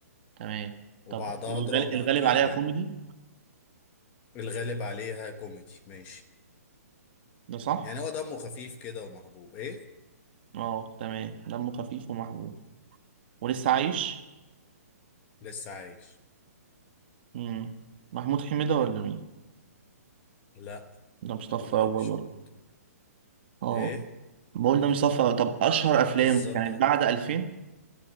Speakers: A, on the right (about 40°); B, on the left (about 20°).
A: تمام
B: وبعضها
A: طب الغالب,
B: دراما
A: الغالب
B: اكيد
A: عليها
B: يعني
A: كوميدي
B: الغالب عليها كوميدي ماشي
A: ده صح؟
B: يعني هو دمه خفيف كده ومحبوب ايه
A: اه تمام دمه خفيف ومحبوب ولسه عايش؟
B: لسه عايش
A: مم. محمود حميدة ولا مين؟
B: لا
A: ده مصطفى
B: لا
A: أول
B: مش
A: برضه
B: محمود كامل
A: اه
B: ايه
A: ما قلنا مصطفى طب اشهر افلام
B: بالظبط
A: كانت بعد 2000